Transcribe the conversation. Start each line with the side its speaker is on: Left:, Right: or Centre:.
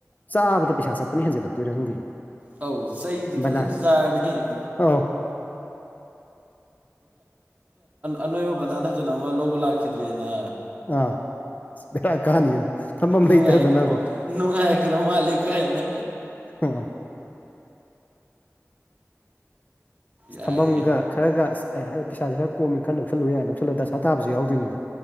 Left: ꯆꯕ ꯄꯤꯥꯁꯥ ꯆꯠꯄ ꯑꯗꯨꯅ ꯍꯦꯟꯖꯜꯂꯛꯇꯣꯏꯔꯥ ꯍꯪꯗꯣꯏꯅꯦ
Right: ꯑꯧ ꯆꯩꯗꯤ
Left: ꯍꯝꯕꯗ
Right: ꯐꯖꯅ ꯆꯥꯔꯅꯤ
Left: ꯑꯧ
Right: ꯑꯅꯣꯕ ꯕꯥꯟꯗꯟ ꯊꯝꯖꯤꯂꯝꯃꯒ ꯂꯧꯕ ꯂꯛꯈꯤꯗ꯭ꯔꯦꯅ
Left: ꯑꯥ ꯕꯦꯔꯥ ꯀꯥꯅꯤ ꯊꯝꯐꯝ
Right: ꯅꯨꯡꯉꯥꯏꯈ꯭ꯔ
Left: ꯂꯩꯇꯗꯅꯀꯣ
Right: ꯅꯨꯡꯉꯥꯏꯈ꯭ꯔ ꯃꯥꯜꯂꯦ ꯀꯥꯏꯅ
Left: ꯎꯝ
Right: ꯌꯥꯏꯌꯦ
Left: ꯊꯝꯐꯝꯒ ꯈꯔꯒ ꯍꯥꯏꯗꯤ ꯄꯩꯁꯥꯁꯦ ꯈꯔ ꯀꯣꯝꯃꯤ ꯈꯔ ꯂꯧꯁꯤꯜꯂꯨ ꯌꯥꯅ ꯂꯧꯁꯤꯜꯂꯒ ꯗꯁꯥ ꯇꯥꯕꯁꯨ ꯌꯥꯎꯗꯣꯏꯅꯤ